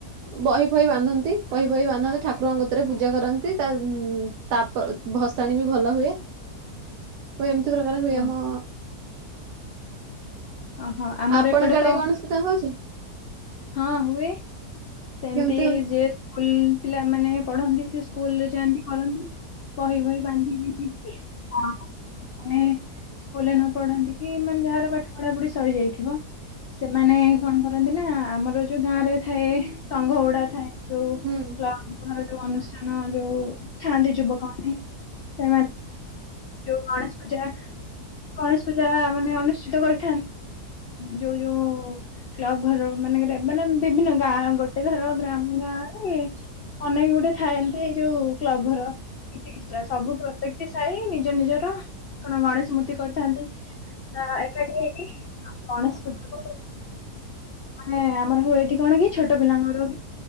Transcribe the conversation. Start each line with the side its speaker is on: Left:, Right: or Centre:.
Right: ବହି ଫହି ବାନ୍ଧନ୍ତି ବହି, ଫହି ବାନ୍ଧନ୍ତି ଠାକୁରଙ୍କ କତରେ ପୂଜା କରନ୍ତି ତା ତାପ ର ଭସାଣି ବି ଭଲ ହୁଏ। ହୁଏ ଏମତି ପ୍ରକାର ହୁଏ
Left: ହଁ
Right: ଆମ
Left: ଓହୋ ଆମର
Right: ଆପଣଙ୍କ
Left: ଏପଟେ
Right: ଆଡେ
Left: ତ
Right: ଗଣେଶ ପୂଜା ହଉଛି
Left: ହଁ ହୁଏ ସେମତି
Right: କେମିତି ହଉଛି?
Left: ଯେ ସ୍କୁଲ ପିଲାମାନେ ପଢନ୍ତି, ସେ ସ୍କୁଲରେ ଯାଆନ୍ତି କରନ୍ତି। ବହି ଫହି ବାନ୍ଧିକି ହଁ। ମାନେ ସ୍କୁଲରେ ନ ପଢନ୍ତି କି ମାନେ ଯାହାର ପାଠ ପଢାପଢି ସରିଯାଇଥିବ ସେମାନେ କଣ କରନ୍ତି ନା ଆମର ଯୋଉ ଗାଁ ରେ ଥାଏ ସଂଘ ଗୁଡା ଥାଏ ଯୋଉ
Right: ହୁଁ
Left: କ୍ଲବ <unintelligible> ଯୋଉ ଅନୁଷ୍ଠାନ ଯୋଉ ଥାନ୍ତି ଯୁବକମାନେ ସେମାନ୍ ଯୋଉ ଗଣେଶ ପୂଜା ଗଣେଶ ପୂଜା ମାନେ ଅନୁଷ୍ଠିତ କରି ଯୋଉ ଯୋଉ କ୍ଲବ ଘର ମାନେଙ୍କ, ମାନେ ବିଭିନ୍ନ ଗାଁ ଗୋଟେ ଗୋଟେ ଥର ଗ୍ରାମ ଗାଁରେ ଅନେକ ଗୁଟେ ଥାଆନ୍ତି ଏଇ ଯୋଉ କ୍ଲବ ଘର କିଛି କିଛି, ସବୁ ପ୍ରତ୍ୟେକଟି ସାହି ନିଜ ନିଜର କଣ ଗଣେଶ ମୂର୍ତ୍ତି କରିଥାନ୍ତି। ହଁ ଏ କ ଆ ଗଣେଶ ପୂଜ ମାନେ ଆମର ହୁଏ, ଏଠି କଣ କି ଛୋଟ ପିଲାଙ୍କର,